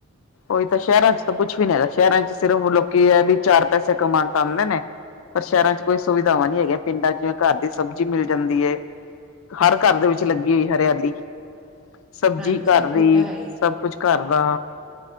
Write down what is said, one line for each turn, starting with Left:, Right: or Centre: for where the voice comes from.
Left: ਉਹੀ ਤਾਂ ਸ਼ਹਿਰਾਂ ਚ ਤਾਂ ਕੁੱਛ ਵੀ ਨੀ ਰੱਖਿਆ ਹੈਗਾ, ਸ਼ਹਿਰਾਂ ਚ ਸਿਰਫ ਲੋਕੀ ਹੈ ਵੀ ਚਾਰ ਪੈਸੇ ਕਮਾਉਂਦੇ ਨੇ। ਪਰ ਸ਼ਹਿਰਾਂ ਕੋਈ ਸੁਵਿਧਾਵਾਂ ਨੀ ਹੈਗੀਆਂ, ਪਿੰਡਾਂ ਚ ਜਿਵੇਂ ਘਰ ਦੀ ਸਬਜ਼ੀ ਮਿਲ ਜਾਂਦੀ ਹੈ। ਹਰ ਘਰ ਦੇ ਵਿੱਚ ਲੱਗੀ ਹੋਈ ਹਰਿਆਲੀ, ਸਬਜ਼ੀ
Centre: ਹਾਂਜੀ
Left: ਘਰ
Centre: ਉਹ
Left: ਦੀ
Centre: ਤਾਂ ਹੈ ਹੀ
Left: ਸਭ ਕੁਝ ਘਰ ਦਾ।